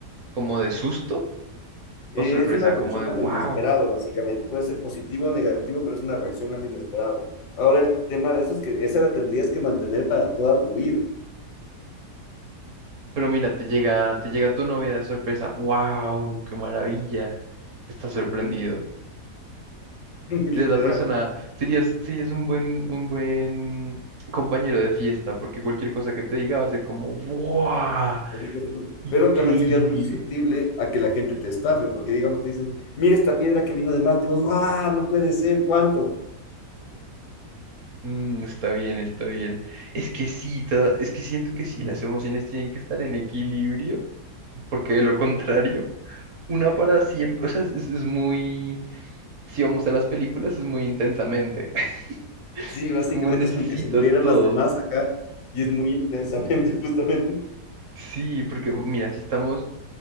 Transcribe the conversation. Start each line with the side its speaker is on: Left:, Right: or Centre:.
Right: como de susto
Left: Eh,
Right: o sorpresa
Left: es una reacción
Right: como de
Left: a
Right: wow.
Left: lo inesperado, básicamente. Puede ser positivo o negativo, pero es una reacción a lo inesperado. Ahora, el tema de eso es que esa la tendrías que mantener para toda tu vida.
Right: Pero mira, te llega, te llega tu novia de sorpresa. ¡Wow! ¡Qué maravilla! Estás sorprendido.
Left: Ujú. <laughs> Literal.
Right: Serías la persona, serías, serías un buen, un buen compañero de fiesta, porque cualquier cosa que te diga va a ser como ¡Wow!
Left: Cualquier cosa.
Right: ¡Increíble!
Left: Pero también serías muy susceptible a que la gente te estafe, porque digamos te dicen, mira esta piedra que vino de Marte, y vos, ¡guau! No puede ser, ¿cuánto?
Right: Mm, está bien, está bien. Es que sí, ta- es que siento que sí, las emociones tienen que estar en equilibrio, porque de lo contrario. una para siempre, o sea, es, es- muy, si vamos a las películas, es muy intensamente. <laughs>
Left: Sí, básicamente
Right: Es como necesitas
Left: es como que se murieran
Right: todo.
Left: las demás acá, y es muy intensamente, <laughs> justamente.
Right: Sí, porque mira, si estamos,